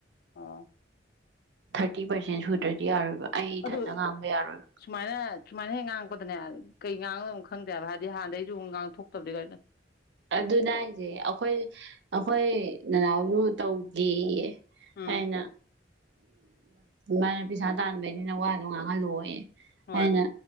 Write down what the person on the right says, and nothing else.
ꯊꯥꯔꯇꯤ ꯄꯥꯔꯁꯦꯟ ꯁꯨꯗ꯭ꯔꯗꯤ ꯌꯥꯔꯣꯏꯕ ꯑꯩ ꯏꯊꯟꯇ
ꯉꯥꯡꯕ ꯌꯥꯔꯣꯏꯕ
ꯑꯗꯨꯅꯦ ꯍꯥꯏꯁꯦ ꯑꯈꯣꯏ ꯑꯈꯣꯏ ꯅꯅꯥꯎꯁꯨ ꯇꯧꯒꯦꯌꯦ
ꯑꯩꯅ ꯃꯥꯥꯏꯅ ꯄꯩꯁꯥ ꯇꯥꯟꯕꯩꯅꯤꯅ ꯋꯥꯗꯣ ꯉꯥꯡꯍꯜꯂꯣꯌꯦ
ꯑꯩꯅ